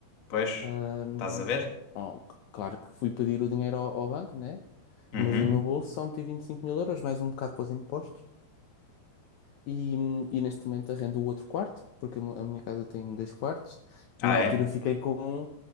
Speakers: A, on the left; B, on the left.
A: Pois,
B: Ahm,
A: estás a ver?
B: oh, c- claro que fui pedir o dinheiro ao, ao banco, né?
A: Uhum.
B: Mas do meu bolso só meti 25 mil euros, mais um bocado para os impostos. E, hum, e neste momento arrendo o outro quarto, porque a mi- a minha casa tem dois quartos.
A: Ah,
B: E na altura
A: é?
B: eu fiquei com